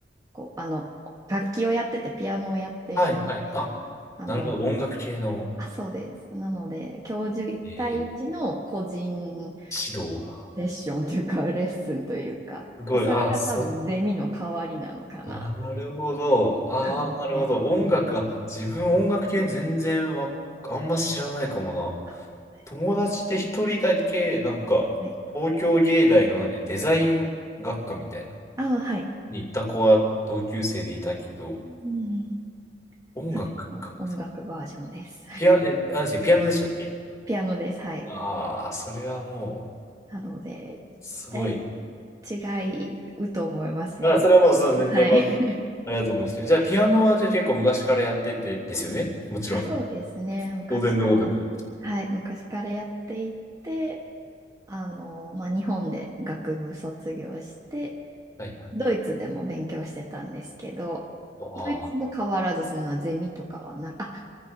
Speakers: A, on the right; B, on the left.
A: こう、あの、楽器をやってて、ピアノをやっているので、
B: はいはい。あ、
A: あの、
B: なるほど。音楽系の、
A: あ、そうです。なので、教授1対1の個人
B: えー指導が。
A: セッションというか、レッスンというか、
B: すごい。
A: それが多分ゼミの代わりなのかなという
B: ああ、そなるほど。ああ、
A: 感じですね。
B: なるほど。音楽、あ、自分音楽系全然わ、あんま知らないかもな。
A: あ、本です
B: 友達で一人だけ、なんか、
A: ね。
B: 東京芸大の何、デザイン学科みたいな、
A: あ、はい。
B: に行った子は同級生でいたけど、
A: うん
B: 音楽か。
A: 食の音楽バージョンです。<laughs>
B: ピア、え、あの人、ピアノでしたっけ
A: ピアノです。はい。
B: ああー、それはも
A: なので、
B: う、すごい。
A: だい違うと思いますね。
B: あ、
A: 他のはい。
B: それはもう、そう、全然、まず、
A: <laughs>
B: ありがとうございます。じゃあ、ピアノは、じゃあ結構昔からやってて、ですよねもちろん。
A: あ、そうですね。昔から、
B: 当然のごとく。
A: はい。昔からやっていて、あの、まあ、日本で学部卒業して、
B: はいはい。
A: ドイツでも勉強してたんですけど、
B: ああ。
A: ドイツも変わらず、そんなゼミとかはな、あ、